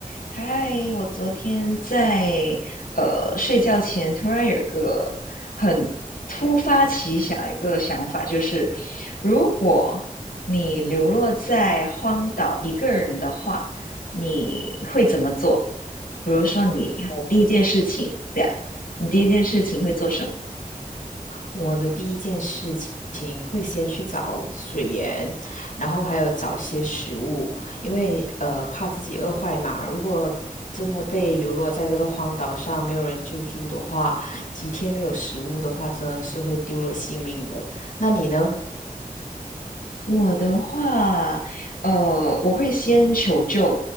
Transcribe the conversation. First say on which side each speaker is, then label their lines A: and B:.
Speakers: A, on the left; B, on the left.
A: 嗨，我昨天在呃睡觉前突然有一个很突发奇想一个想法，就是如果你流落在荒岛一个人的话，你会怎么做？比如说，你第一件事情，
B: 我
A: 对呀，你第一件事情会做什么？
B: 我的第一件事情会先去找水源，然后还有找些食物，因为呃怕自己饿坏嘛。如果真的被流落在这个荒岛上，没有人救助的话，几天没有食物的话，真的是会丢了性命的。那你呢？
A: 我的话，呃，我会先求救，